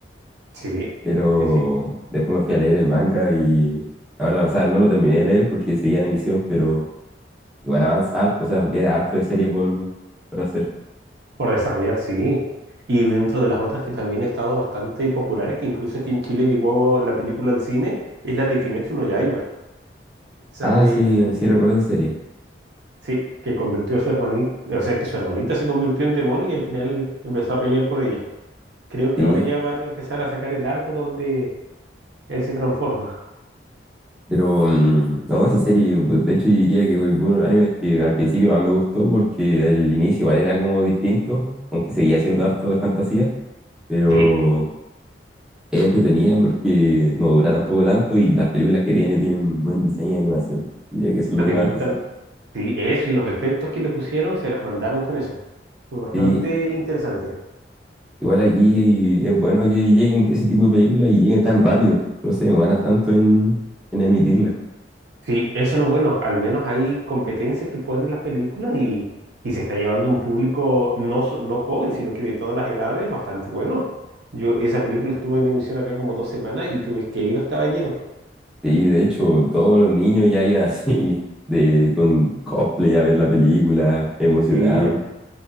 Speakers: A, on the right; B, in the centre.
A: Sí,
B: Pero
A: sí, sí. sí.
B: después me fui a leer el manga y ahora, o sea, no lo terminé de leer porque seguía en emisión, pero... Igual avanza harto, o sea, queda harto de serie por, por hacer.
A: Por desarrollar, sí. Y dentro de las otras que también han estado bastante populares, que incluso aquí en Chile llegó la película al cine, es la de Kimetsu no Yaiba. Esa
B: Ah,
A: de
B: sí,
A: la niña.
B: sí recuerdo esa serie.
A: Sí, que convirtió a su hermanita, o sea, que su hermanita se convirtió en demonio y al final empezó a pelear por ella. Creo que
B: Sí,
A: ahora ya van a empezar a sacar el arco donde él se transforma.
B: pero mm, no, esa serie, pues, de hecho yo diría que fue uno de los animes que al principio más me gustó porque el inicio igual era como distinto, aunque seguía siendo harto de fantasía, pero
A: Sí,
B: es entretenida porque no dura tampoco tanto y las películas que tiene tienen buen diseño de animación. Diría que eso es lo
A: a mí
B: que más
A: me gustan,
B: destaca.
A: sí, eso y los efectos que le pusieron se las mandaron con eso. Fue bastante
B: Sí,
A: interesante.
B: igual aquí es bueno que lleguen ese tipo de películas y lleguen tan rápido, no se demoran tanto en, en emitirlas.
A: Sí, eso es lo bueno, al menos hay competencia que ponen las películas y, y se está llevando un público no, so- no joven, sino que de todas las edades bastante bueno. Yo, esa película estuvo en emisión acá como dos semanas y tú ves que iba, estaba lleno.
B: Sí, de hecho, todos los niños ya iban así, <laughs> de, con cosplay a ver la película, emocionados.
A: Sí.